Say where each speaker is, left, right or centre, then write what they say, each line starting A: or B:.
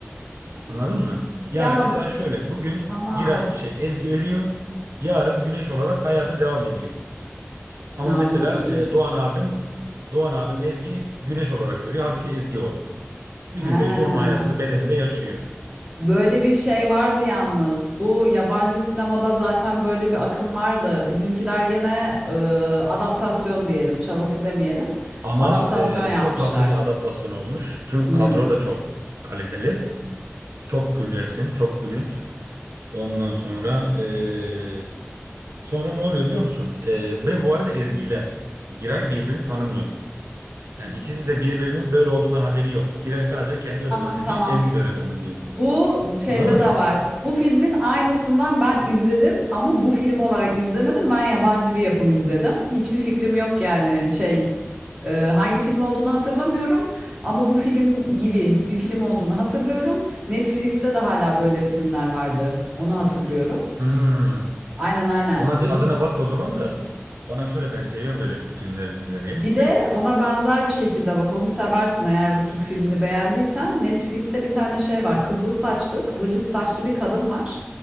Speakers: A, on the right; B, on the right.
A: Ha,
B: Anladın mı?
A: Ya
B: Yani mesela şöyle bugün
A: tamam.
B: Giray şey Ezgi ölüyor. Yarın Güneş olarak hayata devam ediyor. Ama
A: Ha,
B: mesela
A: bu ilginçmiş.
B: e, Doğan abim Doğan abim Ezgi'yi Güneş olarak görüyor. Halbuki Ezgi o. bir
A: Ha.
B: gün boyunca onun hayatında bedeninde yaşıyor.
A: Böyle bir şey vardı yalnız. Bu yabancı sinemada zaten böyle bir akım vardı. Bizimkiler gene e, adaptasyon diyelim, çalıntı demeyelim
B: Ama
A: adaptasyon
B: e,
A: yapmışlar.
B: çok tatlı bir adaptasyon olmuş. Çünkü
A: Hımm.
B: kadro da çok kaliteli. Çok gülersin, çok gülünç. Ondan sonra e, sonra ne oluyor biliyor musun? E, ve bu arada Ezgi ile Giray birbirini tanımıyor. Yani ikisi de birbirinin böyle olduğundan haberi yok. Giray sadece kendi öyle
A: Tamam,
B: zannediyor.
A: tamam.
B: Ezgi de öyle zannediyor.
A: Bu şeyde
B: Anladın
A: de
B: mı?
A: var. Bu filmin aynısından ben izledim ama bu film olarak izlemedim. Ben yabancı bir yapım izledim. Hiçbir fikrim yok yani şey, e, hangi film olduğunu hatırlamıyorum ama bu film gibi bir film olduğunu hatırlıyorum. Netflix'te de hala böyle filmler vardı. Onu hatırlıyorum.
B: Hmm.
A: Aynen, aynen.
B: Ona
A: Bu
B: bir
A: tür
B: adına bak da o zaman da bana söyle ben seviyorum böyle filmleri, dizileri
A: Bir
B: ya.
A: de ona benzer bir şekilde bak onu seversin eğer bu Türk filmini beğendiysen. Netflix'te bir tane şey var. Kızıl saçlı, kıvırcık saçlı bir kadın var.